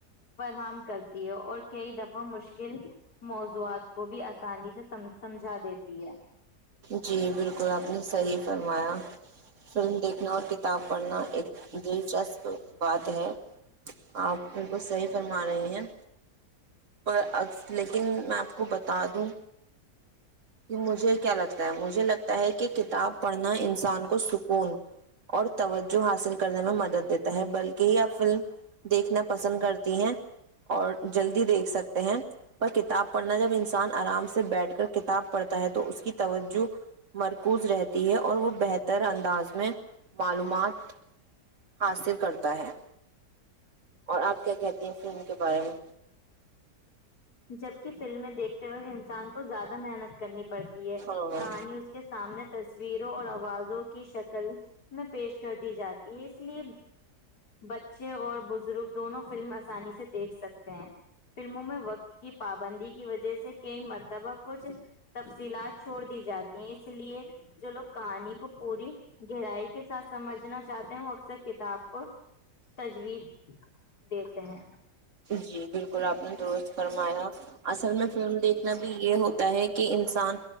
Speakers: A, on the left; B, on the right.
A: فراہم کر اور کئی دفعہ مشکل موضوعات کو بھی آسانی سےم سمجھا دیتی ہے
B: جی بالکل آپ نے صحیح فرمایا فلم دیکھنا اور کتاب پڑھنا ایک دلچسپ بات ہے آپ بالکل صحیح فرما رہی ہیں پر ا لیکن میں آپ کو بتا دوں یہ مجھے کہ کتاب پڑھنا انسان کو سکون اور توجہ حاصل کرنے میں مدد دیتا ہے بلکہ ہی آب فلم دیکھنا پسند کرتی ہیں اور جلدی دیکھ سکتے ہیں پر کتاب پڑھنا جب انسان آرام سے بیٹھ کر کتاب پڑھتا ہے تو اس کی توجہ مرکوز رہتی ہے اور وہ بہتر انداز میں معلومات حاصل کرتا ہے اور آپ کیا کہتے ہیں ف ان کے بارے میں
A: جبک فلمیں دیکھتے وقت انسان کو زیادہ محنت کرنی پڑتی
B: ہاں
A: کہانی اس کے سامنے تصویروں اور آوازوں کی شکل میں پیش کر دی جاتی ہے اس لیے بچے اور بز ر دونوں فلم آسانی سے دیکھ سکتے ہیں فلموں میں وقت کی پابندی کی وجہ سے سے کہئی مرتبہ کچھ تفصیلات چھوڑ دی جاتی ہیں اس لیے جو لوگ کہانی کو پوری گہرائی کے ساتھ سمجھنا چاہتے ہیں وہ سر کتاب کو تجویز دیتے ہیں
B: جی بالکلپ آپ نے درست فرمایا اصل میں فلم دیکھنا بھی یہ ہوتا ہے کہ انسان